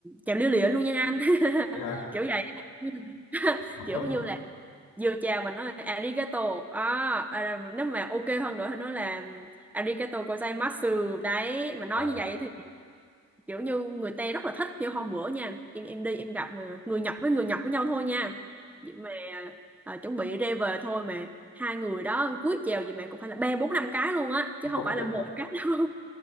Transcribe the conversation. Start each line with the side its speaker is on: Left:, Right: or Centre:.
Centre: chèo lia lịa luôn nha anh <laughs>
Left: ok ha.
Centre: kiểu vậy <laughs>
Left: <laughs>
Centre: kiểu như là Vô chào mà nói là arigato à, à, nếu mà ok hơn nữa thì nói là arigato gozaimasu đấy mà nói
Left: Ờ,
Centre: như vậy thì kiểu như người Tây rất là thích như hôm bữa nha em em đi em gặp mà người Nhật với người Nhật với nhau thôi nha vậy mà à, chuẩn bị ra về thôi mà hai người đó cúi chào gì mà cũng phải là ba bốn năm cái luôn á chứ không
Left: ừ.
Centre: phải là một cái đâu